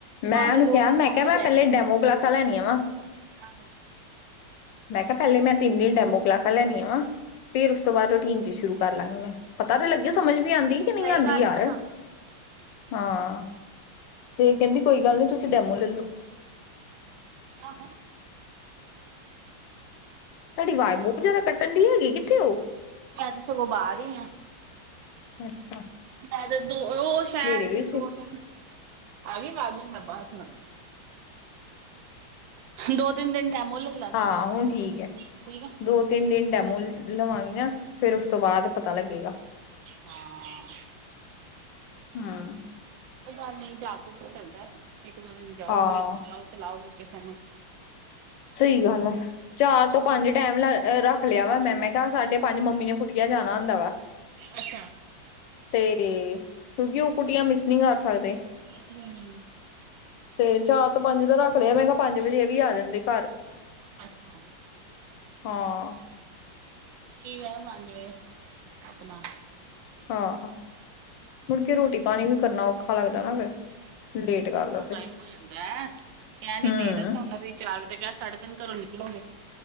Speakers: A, on the left; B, on the right.
A: ਮੈਂ ਉਹਨੂੰ
B: ਦੀ ਲੋੜ
A: ਕਿਹਾ
B: ਹੀ ਨੀ
A: ਮੈਂ
B: ਆਪੇ
A: ਕਿਹਾ ਮੈਂ ਪਹਿਲੇ ਡੈਮੋ ਕਲਾਸਾਂ ਲੈਣੀਆਂ ਵਾ।
B: ਆਹੋ।
A: ਮੈਂ ਕਿਹਾ ਪਹਿਲੇ ਮੈਂ ਤਿੰਨ ਦਿਨ ਡੈਮੋ ਕਲਾਸਾਂ ਲੈਣੀਆਂ ਵਾ ਫੇਰ ਉਸ ਤੋਂ ਬਾਅਦ ਰੂਟੀਨ ਚ ਸ਼ੁਰੂ ਕਰ ਲਾਂਗੀ ਮੈਂ ਪਤਾ ਤਾਂ ਲੱਗੇ ਸਮਝ ਵੀ ਆਉਂਦੀ ਕਿ ਨਹੀਂ
B: ਸਹੀ
A: ਆਉਂਦੀ
B: ਗੱਲ
A: ਯਾਰ
B: ਹੈ ਹਾਂ
A: ਹਾਂ। ਤੇ ਕਹਿੰਦੀ ਕੋਈ ਗੱਲ ਨੀ ਤੁਸੀਂ ਡੈਮੋ ਲੈਲੋ।
B: ਆਹ।
A: ਤੁਹਾਡੀ ਆਵਾਜ਼ ਬਹੁਤ ਜ਼ਿਆਦਾ ਕੱਟਣ ਡ ਹੈਗੀ। ਥਓ।
B: ਮੈਂ ਤੇ ਸਗੋਂ ਬਾਹਰ ਹੀ ਆ
A: ਅੱਛਾ
B: ਮੈਂ ਤੇ ਦੋ ਉਹ ਸ਼ਹਿਰ
A: ਮੇਰੇ ਵੀ ਸੀ
B: ਦੋ ਤਿੰਨ ਆਜੀ ਵਜ ਨੈਂਬਸ ਨਾ। ਦੋ ਤਿੰਨ ਦਿਨ ਲੈ ਲੈਣਾ
A: ਹਾਂ ਹੁਣ ਠੀਕ ਹੈ
B: ਠੀਕ ਹੈ
A: ਦੋ ਤਿੰਨ ਦਿਨ ਡੈਮੋ ਲਵਾਂਗੀ ਨਾ ਫੇਰ ਉਸ ਤੋਂ ਬਾਅਦ ਪਤਾ ਲੱਗੇਗਾ।
B: ਹਾਂ।
A: ਹਮ
B: ਕੋਈ ਗੱਲ ਨਹੀਂ ਜਾ ਕੇ ਮੈਨੂੰ ਚੱਲਦਾ। ਇੱਕ ਦੋ ਦਿਨ ਜਾਓਗੇ
A: ਹਾਂ
B: ਲਓ ਤੇ ਲਾਓਗੇ। ਕਿਸ
A: ਸਹੀ ਗੱਲ ਐ ਚਾਰ ਤੋਂ ਪੰਜ ਟੈਮ ਲ ਰ ਰੱਖ ਲਿਆਵਾ ਮੈਂ, ਮੈਂ ਕਿਹਾ- ਸਾਢੇ ਪੰਜ ਮੰਮੀ ਨੂੰ ਕੁਟੀਆ ਜਾਣਾ ਹੁੰਦਾ ਵਾ
B: ਅੱਛਾ।
A: ਤੇ ਕਿਉਂਕਿ ਉਹ ਕੁਟੀਆਂ ਮਿਸ ਨੀ ਕਰ ਸਕਦੇ।
B: ਹੂੰ
A: ਤੇ ਚਾਰ ਤੋਂ ਪੰਜ ਦਾ ਰੱਖ ਲਿਆ। ਮੈਂ ਕਿਹਾ- ਪੰਜ ਵਜੇ ਇਹ ਵੀ ਆ ਜਾਂਦੇ। ਘਰ
B: ਅੱਛਾ।
A: ਹਾਂ,
B: ਠੀਕ ਹੈ ਪੰਜ ਵੇਜੇ ਆਪਣਾ
A: ਹਾਂ, ਮੁੜ ਕੇ ਰੋਟੀ ਪਾਣੀ ਵੀ ਕਰਨਾ ਔਖਾ ਲੱਗਦਾ ।ਨਾ ਫਿਰ, ਲੇਟ ਕਰ ਲਓ
B: ਨਾ ਟਾਈਮ
A: ਤੇ
B: ਹੋ ਜਾਂਦਾ ਕਹਿਣ ਨੀ
A: ਹਮ
B: ਦੇ ਸਓਨਾ ਚਾਰ ਵਜੇ ਕਹਿ ਸਾਢੇ ਤਿੰਨ ਘਰੋਂ ਨਿਕਲਾਂਗੇ।